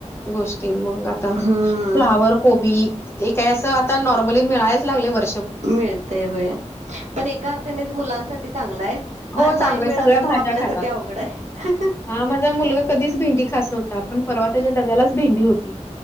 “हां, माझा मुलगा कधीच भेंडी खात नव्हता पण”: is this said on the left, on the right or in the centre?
Left